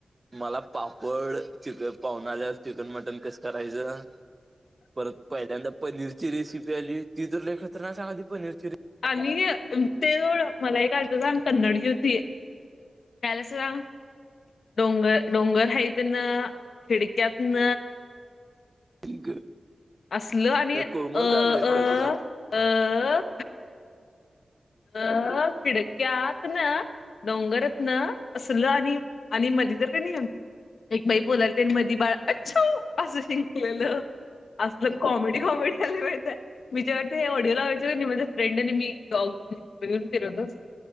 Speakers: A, on the right; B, on the left.
A: मला पापड, चिकन पाहुणा आल्या्या चिकन मटन कसं करायचं, परत पहिल्यांदा पनीरची रेसिपी आली, ती त लई खतरनाक सांगाल ती पनीरची
B: आणि ते जवळ मला एक कयचं साग कन्नड होती. त्याला सुधा <unintelligible> डोंगर डोंगर हायतन, खिडक्यातन,
A: रे
B: असलं, आणि
A: काय
B: अ
A: कोमल
B: अ
A: चालतय काय तुला
B: अ. ह खिडक त्यात ना डोंगरत ना, असलं आणि, आणि मध्ये तर कनी. एक बाई बोलालत आनी मी बाळ अच्छाव असं शिंकलेलं. असलं कॉमेडी कॉमेडी आल्या माहियतेय, मी जेव्हा ते ऑडिओ लावायचं निवडल फ्रेंड आणि मी डॉग